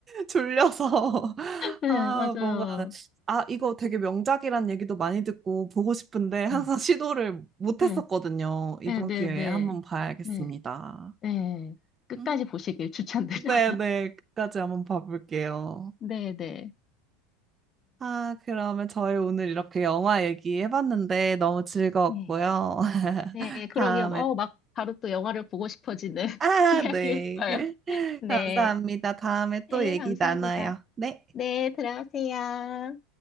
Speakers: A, on the right (about 25°); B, on the left (about 30°).
A: 졸려서 <laughs>
B: 네,
A: 아
B: 맞아요.
A: 뭔가 아 이거 되게 명작이란 얘기도 많이 듣고 보고 싶은데 항상
B: 네,
A: <laughs> 시도를 못
B: 네,
A: 했었거든요. 이번
B: 네,
A: 기회에
B: 네.
A: 한번 봐야겠습니다.
B: 네, 네. 끝까지
A: 음.
B: 보시길 추천드려요.
A: 네네
B: <laughs>
A: 끝까지 한번 봐볼게요.
B: 네, 네.
A: 아 그러면 저희 오늘 이렇게 영화 얘기해봤는데 너무 즐거웠고요.
B: 음,
A: <laughs>
B: 네, 네, 그러게요.
A: 다음에
B: 어, 막 바로 또 영화를 보고 싶어지는
A: 아
B: <laughs> 이야기였어요.
A: 네. <laughs>
B: 네,
A: 감사합니다. 다음에 또
B: 네,
A: 얘기
B: 감사합니다.
A: 나눠요. 네.
B: 네, 들어가세요.